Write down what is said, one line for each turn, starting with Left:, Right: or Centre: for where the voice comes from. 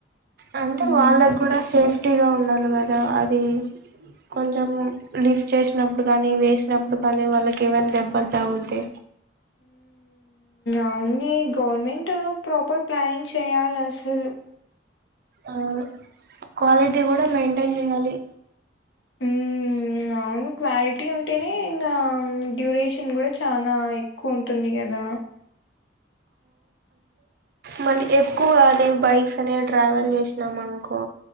Right: అంటే
Left: హ్మ్.
Right: వాళ్ళకు కూడా సేఫ్ ఫ్టీగా ఉండాలి కదా అది కొంచెం లిఫ్ట్ చేశినప్పుడు కానీ వేసినప్పుడు కానీ వాళ్ళకి ఏవైనా దెబ్బలు తగుల్తె
Left: అవున్ని గవర్నమెంట్ ప్రాపర్ ప్లానింగ్ చేయాలి అసలు
Right: ఆను క్వాలిటీ కూడా మెయింటైన్ చేయాలి
Left: మ్ అవును క్వాలిటీ ఉంటేనే ఇంకా డ్యూరేషన్ గూడా చాలా ఎక్కువుంటుంది కదా
Right: మళ్ళి ఎక్కువ అనే బైక్స్ అనేవి ట్రావెల్ చేశినాం అనుకో